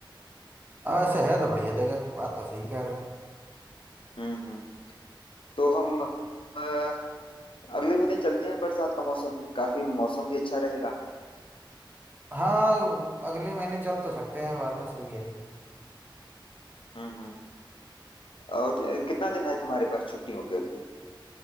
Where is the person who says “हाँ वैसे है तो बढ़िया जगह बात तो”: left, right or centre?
Right